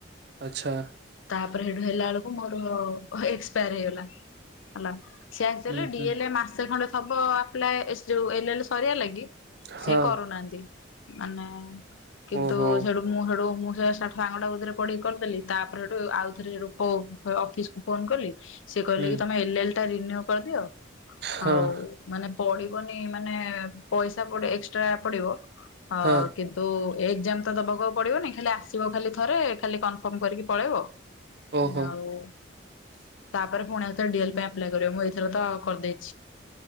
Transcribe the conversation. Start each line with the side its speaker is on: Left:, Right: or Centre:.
Right: ଆଚ୍ଛା।
Left: ତାପରେ ହେଟୁ ହେଲା ବେଳକୁ ମୋର ଏକ୍ସପାୟାର ହେଇଗଲା ହେଲା ସିଏ ଆକ୍ଚୁଲି
Right: ହୁଁ
Left: ଡିଏ
Right: ହୁଁ
Left: ମାସେ ଖଣ୍ଡେ ଥବ ଆପ୍ଲାଏ ଯୋଉ ଏଲ୍ ଏଲ୍ ସରିିବା ଲାଗି
Right: ହଁ
Left: ସେ କରୁନାହାନ୍ତି। ମାନେ କିନ୍ତୁ
Right: ଓହୋ
Left: ସେୁ ମୁଁ ସେଠୁ ମୁଁ ସେ ଷ ସାଙ୍ଗଟା କତିରେ ପଢ଼ି କଲକଲି ତାପରେ ସେଠୁ ଆଉ ଥରେ ଅଫିସ ଫୋନ କଲି ସେ କହିଲେ
Right: ହୁଁ
Left: କି ତମେ ଏଲ ଏଲ ଟା ରିନୁ କରିଦିଅ
Right: ହଁ
Left: ଆଉ ମାନେ ପଡିବନି ମାନେ ପଇସା ପଡେ ପଇସା ଏକ୍ସଟ୍ରା ପଡିବ ଅ
Right: ହଁ
Left: କିନ୍ତୁ ତ ଏକ୍ଜାମ ତ ଦବାକୁ ଆଉ ପଡିବନି ଖାଲି ଆସିବ ଖାଲି ଥରେ ଖାଲି କନଫର୍ମ କରିକି ପଳେଇବ।
Right: ଓହୋ
Left: ଆଉ ତାପରେ ପୁଣି ଏଥରେ ଡିଏଲ ପାଇଁ ଆପ୍ଲାଏ କର ମୁଁ ଏଥର ତ କରିଦେଇଛି